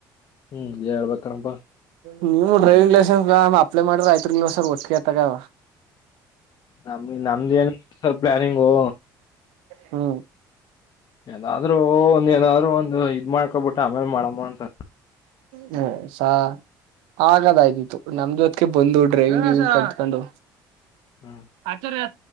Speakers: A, on the left; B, on the right.
A: ಹ್ಮ್ ಹೇಳ್ಬೇಕಣಪ್ಪ
B: ನೀವು ಡ್ರೈವಿಂಗ್ ಲೈಸನ್ಸ್ ಅಪ್ಲ ಮಾಡ್ರಿ ಆಯ್ತೀರ್ಲಿಲ್ವಾ ಸರ್ ಹೆಚ್ಚಿಗೆ ತಗೋ
A: ನಮ ನಮ್ದ ಏನ್ ಸಾರ್ ಪ್ಲಾನಿಂಗು
B: ಹ್ಮ
A: ಏನ ಆದ್ರೂ ಒಂದ್ ಏನಾದ್ರು ಒಂದು ಇದು ಮಾಡ್ಕೊಬಿಟ್ಟು ಆಮೇಲೆ ಮಾಡಮ್ಮ ಅಂತ
B: ಹೇ ಸ ಆಗದಾಯ್ತಿತ್ತು ನಮ್ ಜೊತ್ಗೆ ಬಂದು ಡ್ರೈವಿಂಗ್ ಕಲ್ಕೊಂಡು
A: ಹ್ಮ್
B: ಆಚಾರ